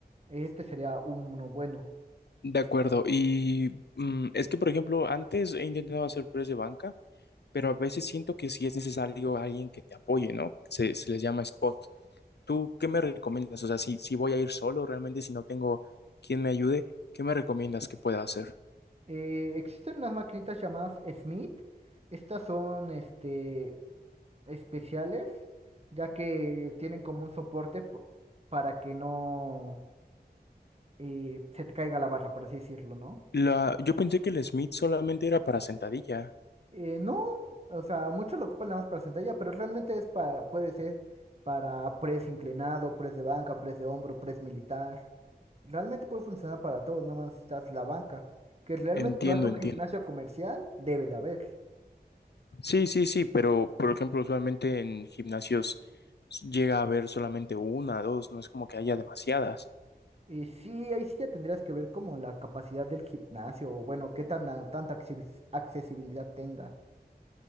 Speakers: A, on the right (about 35°); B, on the left (about 75°).
A: Este sería uno bueno.
B: De acuerdo. Y mm, es que, por ejemplo, antes he intentado hacer press de banca, pero a veces siento que sí es necesario alguien que te apoye, ¿no? Se, se les llama spot. ¿Tú qué me recomiendas? O sea, si, si voy a ir solo, realmente si no tengo quien me ayude, ¿qué me recomiendas que pueda hacer?
A: Eh, existen unas maquinitas llamadas Smith. Estas son este, especiales, ya que tienen como un soporte po- para que no eh, se te caiga la barra, por así decirlo, ¿no?
B: La, yo pensé que el Smith solamente era para sentadilla.
A: Eh, no, o sea, muchos lo ocupan nada más para sentadilla, pero realmente es para, puede ser para press inclinado, press de banca, press de hombro, press militar. Realmente puede funcionar para todo, nada más estás la banca. Que realmente
B: Entiendo,
A: si vas a
B: entiendo.
A: un gimnasio comercial, debe de haber.
B: Sí, sí, sí, pero por ejemplo, usualmente en gimnasios llega a haber solamente una, dos, no es como que haya demasiadas.
A: Y sí, ahí sí ya tendrías que ver como la capacidad del gimnasio, o bueno, qué tan a- tanta accesi- accesibilidad tenga.